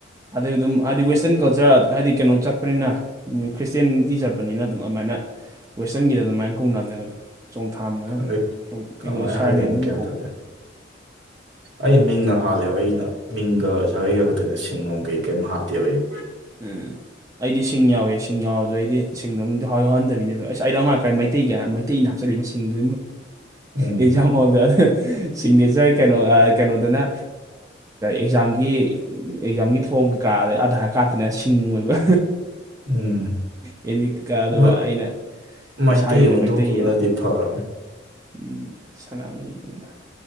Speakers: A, on the right; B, on the right.
A: ꯑꯗꯩ ꯑꯗꯨꯝ ꯍꯥꯏꯗꯤ ꯋꯦꯁꯇꯔꯟ ꯀꯜꯆꯔ ꯍꯥꯏꯗꯤ ꯀꯩꯅꯣ ꯆꯠꯄꯅꯤꯅ ꯈ꯭ꯔꯤꯁꯇꯤꯌꯥꯅꯤꯇꯤ ꯆꯠꯄꯅꯤꯅ ꯑꯗꯨꯝ ꯑꯗꯨꯃꯥꯏꯅ ꯋꯦꯁꯇꯔꯟꯒꯤꯗ ꯑꯗꯨꯃꯥꯏꯅ ꯀꯣꯡꯅꯕꯅꯦꯕ ꯑꯗꯨꯣ ꯆꯣꯡꯊꯥꯝ ꯍꯥꯏ
B: ꯈꯪꯗꯦ
A: ꯑꯩꯉꯣꯟ
B: ꯀꯃꯥꯏꯅ
A: ꯁꯥꯔ
B: ꯍꯥꯏꯗꯣꯏꯅꯣ
A: ꯅꯦꯝꯗ ꯑꯗꯨꯝ
B: ꯒ꯭ꯌꯥꯟ
A: ꯀꯧꯕꯅꯤ
B: ꯇꯥꯗꯦ ꯑꯩ ꯃꯤꯡꯒ ꯍꯥꯜꯂꯦꯕ ꯑꯩꯒꯤꯁꯤꯅ ꯃꯤꯡꯒ ꯁꯥꯒꯩꯒ ꯈꯛꯇꯅ ꯁꯤꯡ ꯅꯨꯡ ꯀꯩ ꯀꯩꯝ ꯍꯥꯞꯇꯦ ꯑꯩꯒꯤ
A: ꯎꯝ ꯑꯩꯗꯤ ꯁꯤꯡ ꯌꯥꯎꯏꯦ ꯁꯤꯡ ꯌꯥꯎꯔꯁꯨ ꯑꯩꯗꯤ ꯁꯤꯡꯗꯣꯨꯝ ꯌꯥꯎꯍꯗꯕꯤꯅꯦꯗꯣ ꯑꯁ ꯑꯩꯗ ꯉꯥꯏꯀꯥꯏ ꯃꯩꯇꯩꯒꯤ ꯑꯩꯇꯩꯅ ꯍꯥꯞꯆꯤꯜꯂꯤꯂꯤꯕꯁꯤꯡꯗꯨ
B: ꯎꯝ
A: ꯑꯦꯛꯖꯥꯝ ꯍꯣꯜꯗ ꯑꯗ ꯁꯤꯒꯅꯦꯆꯔ ꯀꯩꯅꯣ ꯀꯩꯅꯣꯗꯅ ꯑꯦꯛꯖꯥꯝꯒꯤ ꯑꯦꯛꯖꯥꯝꯒꯤ ꯐꯣꯔꯝ ꯀꯩꯀꯥ ꯑꯗꯩ ꯑꯙꯥ ꯀꯥꯇꯅ ꯁꯤꯡ ꯑꯣꯏꯕ
B: ꯎꯝ
A: ꯑꯦꯟꯃꯤꯠ ꯀꯀꯥ ꯑꯗꯨꯒ
B: ꯑꯗꯣ
A: ꯑꯩꯅ
B: ꯃꯩꯇꯩ
A: ꯏꯁꯥꯒꯤꯅ
B: ꯑꯣꯟꯊꯣꯛꯈꯤꯕꯅꯗꯤ
A: ꯃꯩꯇꯩꯑꯅ
B: ꯐꯔꯃꯦ
A: ꯎꯝ ꯁꯅꯥꯃꯍꯤꯗꯨꯅ